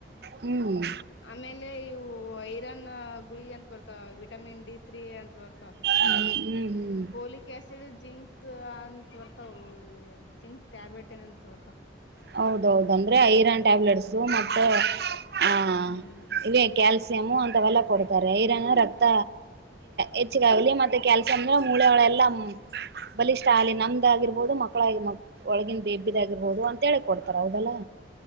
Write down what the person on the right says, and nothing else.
ಹು
ಹ್ಮ್ ಹ್ಮ್ ಹ್ಮ್
ಹೌದ ದೌದ ಅಂದ್ರೆ ಐರನ್ ಟ್ಯಾಬ್ಲೆಟ್ಸ ಮತ್ತೆ ಆ
ಇವೆ ಕ್ಯಾಲ್ಸ. ಸಿಮು ಅಂತವೆಲ್ಲಾ ಕೊಡ್ತಾರೆ ಐರನ್ನು ರಕ್ತ ಹೆಚ್ಚಗಾಗ್ಲಿ ಮತ್ತೆ ಕ್ಯಾಲ್ಸಿಯಂ ಅಂದ್ರೆ ಮೂಳೆಗಳೆಲ್ಲಾ. ಬಲಿಷ್ಠ ಆಗಲಿ ನಮ್ದಾಗಿರ್ಬಹದು ಮಕ್ಕಳಾಗಿ ಒಳಗಿನ ಬೇಬಿದ್ಗಿರ್ಬೋದು ಅ. ತ ಹೇಳಿ ಕೊಡ್ತಾರ ಹೌದೆಲ್ಲಾ.